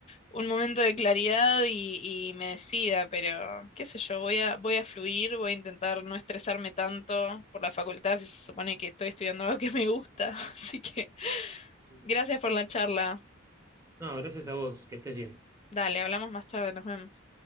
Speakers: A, on the left; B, on the right.
A: un momento de claridad y, y me decida, pero qué sé yo, voy a, voy a fluir, voy a intentar no estresarme tanto por la facultad si se supone que estoy estudiando algo que me gusta. <laughs> Así que
B: sí.
A: gracias por la charla.
B: No, gracias a vos, que estés bien.
A: Dale, hablamos más tarde, nos vemos.